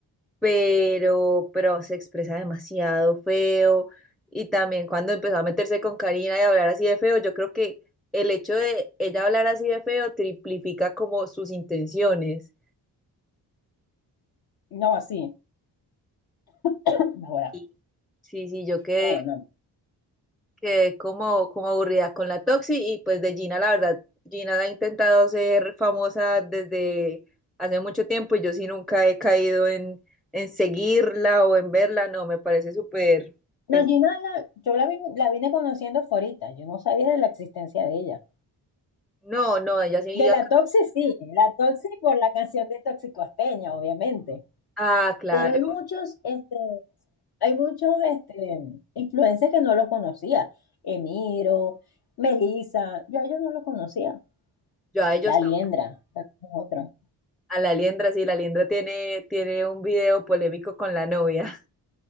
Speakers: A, in the centre; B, on the left.
A: pero, pero se expresa demasiado feo. Y también cuando empezó a meterse con Karina y a hablar así de feo, yo creo que el hecho de ella hablar así de feo triplifica como sus intenciones.
B: No, así, <laughs> <clears throat> ahora,
A: Y sí, sí, yo quedé,
B: no, no.
A: quedé como, como aburrida con la Toxi y pues de Gina, la verdad, Gina ha intentado ser famosa desde hace mucho tiempo y yo sí nunca he caído en, en seguirla o en verla, no, me parece súper, pues
B: No, Gina, era- yo la, vi- la vine conociendo fue ahorita, yo no sabía de la existencia de ella.
A: no, no, ella sí.
B: De la Toxi sí, la Toxi por la canción de Toxicosteña, obviamente.
A: Ah, claro.
B: Pero hay muchos, este, hay muchos, este, influencers que no los conocía. Emiro, Melissa, yo a ellos no los conocía.
A: Yo a ellos
B: La Liendra,
A: no.
B: también es otro.
A: A la Liendra, sí, la Liendra tiene, tiene un video polémico con la novia.